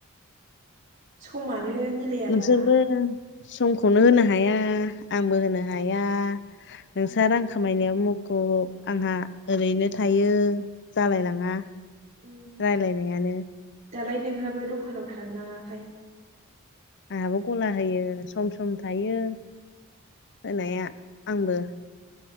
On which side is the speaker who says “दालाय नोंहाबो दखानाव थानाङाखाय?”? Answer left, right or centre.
Right